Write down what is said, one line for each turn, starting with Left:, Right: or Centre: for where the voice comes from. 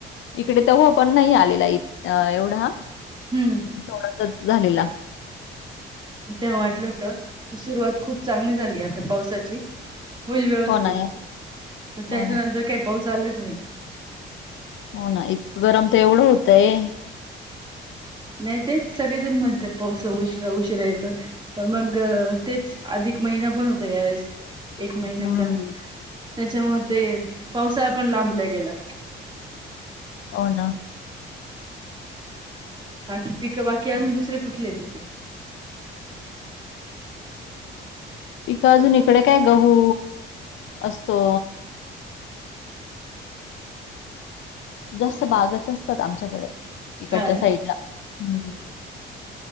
Left: इकडे तर हो पण नाही आलेला एवढा
Right: हम्म
Left: थोडस झालेला
Right: तेव्हा वाटलं होत की सुरुवात खूप चांगली झाली आता पावसाची होईल व्यवस्थित
Left: हो ना
Right: तर त्याच्यानंतर
Left: हो ना
Right: काही पाऊस आलाच नाही
Left: हो ना इत गरम तर एवढं होतंय
Right: नाही तेच सगळेजण म्हणत पावस उशरा उशिरा येत पण मग तेच आधी एक महिना पण होता यावेळेस एक महिन्याच
Left: हम्म.
Right: त्याच्यामुळे ते पावसाळा पण लांब लय गेला.
Left: हो ना
Right: बाकी पीक बाकी अजून दुसरे कुठले ये तिकडे
Left: <inaudible> पिक अजून इकडे काय गहू असतो. जास्त बागच असतात आमच्याकडे इकडच्या
Right: हा ना
Left: साईडला हूं